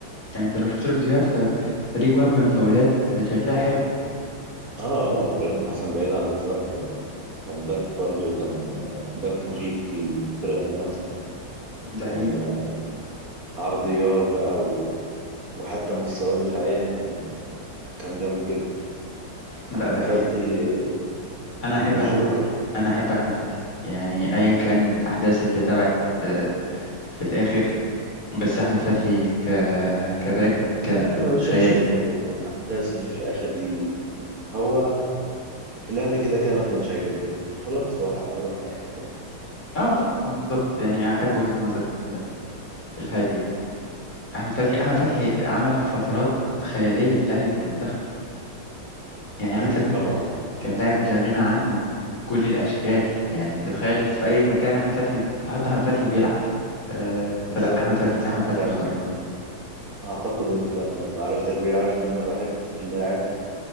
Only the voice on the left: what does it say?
يعني انت لو شفت له فيديوهات ف... فليه جوان من فاولات شكلها حلو
ده
حقيقي
لا
ده حقيقي
انا
احب
احمد فتحي انا احب احمد فتحي يعني ايا كان الاحداث اللي تبعت آه، في الاخر بس احمد فتحي ك... كباك كان
خيالي
اه لا بالظبط يعني احب وجهة نظر آه، الهادية دي احمد فتحي احمد فتحي عمل فترات خيالية في الاهلي وفي المنتخب يعني
احمد فتحي
كان لاعب لا غنى عنه بكل الأشكال يعني أنت تخيل في أي مكان أحمد فتحي تحط أحمد فتحي بيلعب آه فلا
أحمد فتحي أحمد
فتحي
خارق